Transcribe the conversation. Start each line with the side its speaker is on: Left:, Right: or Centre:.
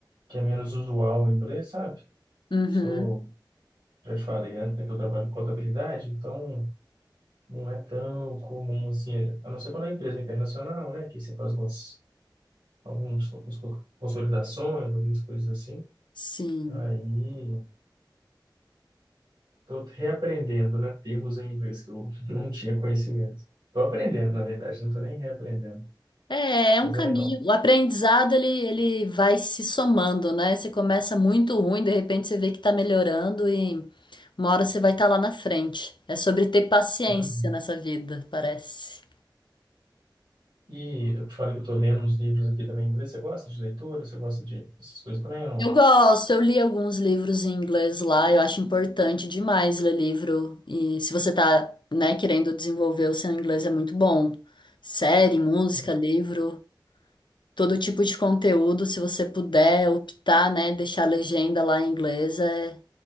Right: que é menos usual em inglês, sabe?
Left: Uhum,
Right: Sou, já te falei antes, né, que eu trabalho em contabilidade, então não é tão comum assim, a não ser quando a empresa é internacional, né? Que você faz umas, alguns, algumas consolidações, algumas coisas assim.
Left: sim.
Right: Aí Estou reaprendendo, né? Termos em inglês que eu <laughs> não tinha conhecimento. Estou aprendendo, na verdade, não estou nem reaprendendo,
Left: É, é
Right: mas
Left: um caminho.
Right: é legal.
Left: O aprendizado, ele, ele vai se somando, né? Você começa muito ruim, de repente você vê que tá melhorando e uma hora você vai estar lá na frente. É sobre ter paciência
Right: Uhum.
Left: nessa vida, parece.
Right: E eu te falei que eu estou lendo uns livros aqui também em inglês. Você gosta de leitura? Você gosta de essas coisas também ou não?
Left: Eu gosto, eu li alguns livros em inglês lá, eu acho importante demais ler livro. E se você tá, né, querendo desenvolver o seu inglês é muito bom. Série, música,
Right: Hum.
Left: livro, todo tipo de conteúdo, se você puder optar, né, deixar a legenda lá em inglês é,